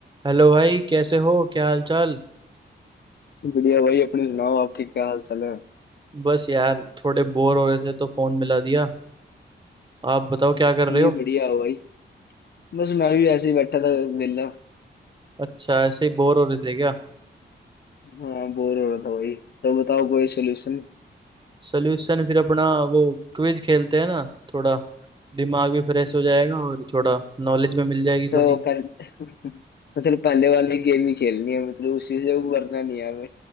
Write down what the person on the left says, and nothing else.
बढ़िया भाई अपने सुनाओ आपके क्या हाल चाल है
नहीं
बढ़िया हो भाई बस मैं भी ऐसे ही बैठा था वेला
हाँ बोर हो रहा था भाई तो बताओ कोई सोल्यूशन
सो
पहले <laughs> मतलब पहले वाली गेम ही खेलनी है मतलब उसी से उबरना नहीं है हमें